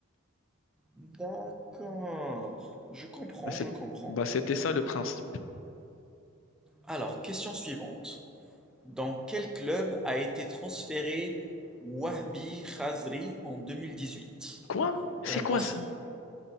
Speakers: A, in the centre; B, on the left (about 65°).
A: D'accord. Je comprends,
B: Bah, c'est-
A: je comprends.
B: bah, c'était ça le principe.
A: Alors, question suivante. Dans quel club a été transféré Wahbi Khazri en deux mille dix-huit
B: Quoi? C'est
A: Réponse
B: quoi ça?